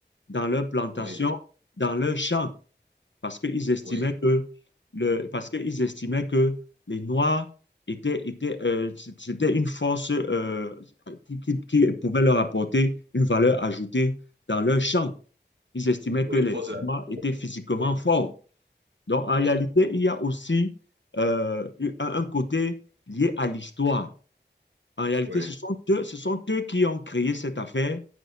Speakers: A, on the left (about 80°); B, on the right (about 75°).
A: dans leurs plantations,
B: oui,
A: dans leurs champs. parce qu'ils estimaient
B: oui.
A: que le, parce qu'ils estimaient que les Noirs étaient, étaient, euh, c- c'était une force euh, qui, qui- qui pouvait leur apporter une valeur ajoutée dans leur champ. Ils estimaient
B: Oui,
A: que les
B: une force de la
A: Noirs
B: nature.
A: étaient physiquement
B: Oui,
A: forts. Donc, en
B: oui,
A: réalité, il y a aussi euh, un un côté lié à l'histoire. En réalité,
B: oui.
A: ce sont eux, ce sont eux qui ont créé cette affaire,